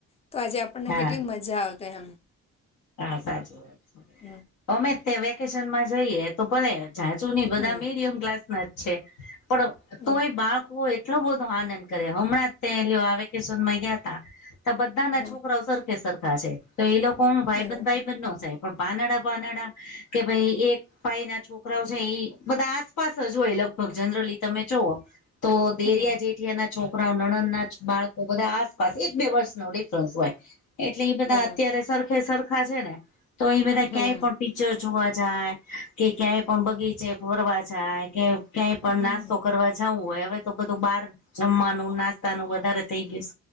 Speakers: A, on the left; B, on the left.
A: તો આજે આપણને
B: હા
A: કેટલી મજા આવતે એમ.
B: હા, સાચી વાત છે
A: હમ
B: અમે તે વેકેશનમાં જઈએ તો ભલે જાચુ નહી બધા
A: હમ
B: મીડિયમ ક્લાસ ના જ છે પણ
A: બરાબર
B: તોય બાળકો એ એટલો બધો આનંદ કરે, હમણાં જ ત આરયો વેકેશનમાં ગયા તા. તો બધા ના
A: હમ
B: છોકરાઓ સરખે સરખા છે તો એ લોકો ઓમ ભાઈ
A: બરાબર
B: બંધ ભાઈ બંધ નો જાય. પણ પાનડા -પાનાડા કે ભઈ એક ભાઈ ના છોકરાઓ છે એઈ બધા આસપાસ જ હોય લગભગ જનરલી તમે જોવો. તો દેરિયા
A: હમ
B: જેઠીયા ના છોકરાઓ નણદ ના જ બાળકો, બધા આસપાસ એક બે વર્ષનો ડિફરન્સ હોય. એટલે ઇ બધા
A: બરાબર
B: અત્યારે સરખે સરખા છે ને, તો ઇ બધા
A: હમ
B: ક્યાંય પણ <unintelligible> જોવા જાય, કે ક્યાંય પણ બગીચે ફરવા જાય કે ક્યાંય પણ
A: હમ
B: નાસ્તો કરવા જવું હોય હવે તો બધું બાર, જમ્માનું ન નાસ્તાનું વધારે થઇ ગયું સ.